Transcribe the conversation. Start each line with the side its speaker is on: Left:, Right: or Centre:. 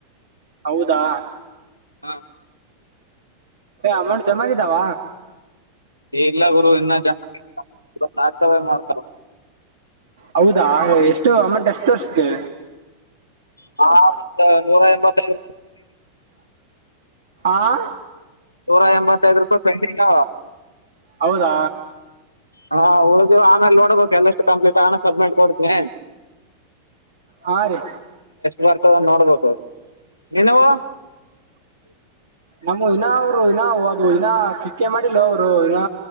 Right: ಹೌದು ತ್ತಾ
Left: ಹಾ
Right: ಅಮೌಂಟ್ ಜಮಾಗಿದ್ದಾವ
Left: ಇಲ್ಲ ಗುರು ಇನ್ನ ಜವ ಮಾಡ
Right: ಹೌದಾ ಎಷ್ಟು ಅಮೌಂಟ್ ಎಷ್ಟು ತರ್ಸ್ದೆ
Left: ಹ ಒಂದು ನೂರ ಎಂಬತ್ತದು
Right: ಆಾ
Left: ನೂರಾ ಎಂಬತ್ತೈದು ರೂಪಾಯಿ ಪೆಂಡಿಂಗ್
Right: ಹೌದಾ
Left: ಹಾ ಉಳ್ದವು ಆಮೇಲೆ ನೋಡ್ಬೇಕು ಎಲ್ಲಷ್ಟು ಕಂಪ್ಲೀಟ್ ಆಗಣ ಸಬ್ಮಿಟ್ ಕೊಡ್ತನಿ
Right: ಹಾ ರೀ
Left: ಬರ್ತದ ನೋಡ್ಬೇಕು ನೀವು
Right: ನಮ್ಮ ಇನ್ನ ಅವ್ರು ಇನ್ನ ಅದ ಇನ್ನ ಕ್ಲಿಿಕ ಮಾಡಿಲ್ಲ ಅವರು ಇನ್ನ